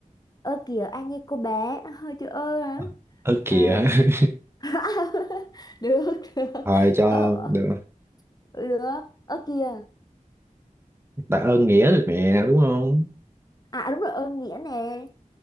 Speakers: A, on the left; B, on the right.
A: ơ kìa anh như cô bé hơi chữ ơ hả
B: Ờ ớ
A: Ờ,
B: kìa <laughs>
A: <laughs> được được
B: thôi cho
A: ờ,
B: luôn
A: ờ,
B: được
A: được ơ kìa
B: tạ ơn nghĩa được mẹ đúng không
A: à đúng rồi âm nghĩa nè